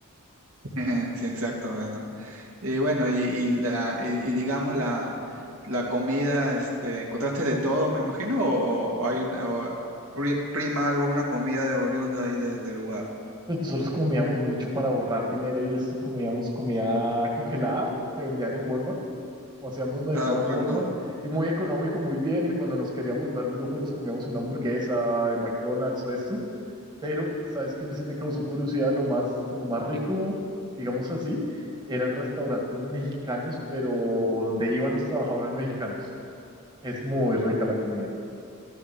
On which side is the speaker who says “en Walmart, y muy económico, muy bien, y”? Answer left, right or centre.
Right